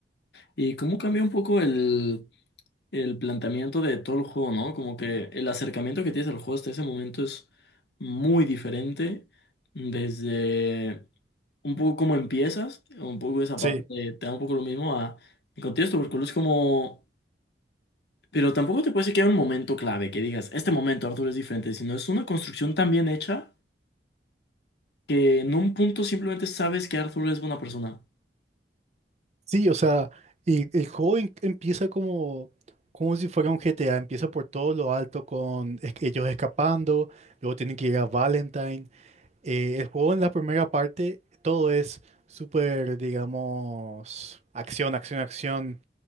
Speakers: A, on the left; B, on the right.
A: Y cómo cambia un poco el, el planteamiento de todo el juego, ¿no? Como que el acercamiento que tienes al juego hasta ese momento es muy diferente. Desde un poco cómo empiezas, un poco esa
B: Sí,
A: parte te, te da un poco lo mismo a el contexto, porque es como... Pero tampoco te puedes decir que hay un momento clave, que digas, este momento, Arthur, es diferente, sino es una construcción tan bien hecha que en un punto simplemente sabes que Arthur es buena persona.
B: sí, o sea, y el juego en- empieza como, como si fuera un GTA, empieza por todo lo alto con es- ellos escapando, luego tienen que ir a Valentine. Eh, el juego en la primera parte, todo es súper, digamos, acción, acción, acción,